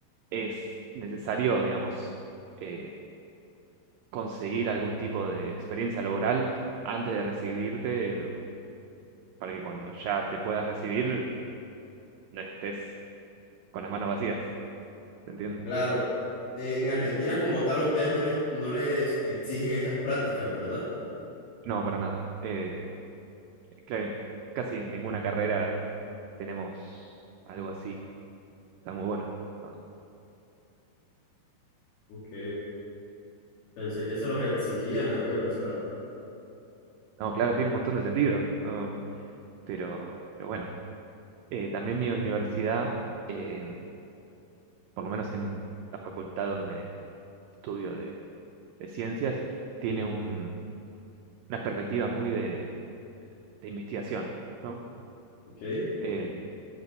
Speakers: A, on the right; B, on the left.
A: es necesario, digamos, eh, conseguir algún tipo de experiencia laboral antes de recibirte, eh, para que cuando ya te puedas recibir no estés con las manos vacías, ¿se entiende?
B: Claro, eh, en Argentina como tal ustedes no les, no les exigen esas prácticas, ¿verdad?
A: No, para nada. Eh, cre- casi en ninguna carrera tenemos algo así. Está muy bueno. la verdad.
B: Ok, pensé que se los exigían, a ver, o sea,
A: No, claro, tiene un montón de sentido. ¿no? pero, pero bueno, Eh, también mi universidad, eh, por lo menos en la facultad donde estudio de, de ciencias, tiene un- una perspectiva muy de, de investigación, ¿no?
B: ok.
A: Eh,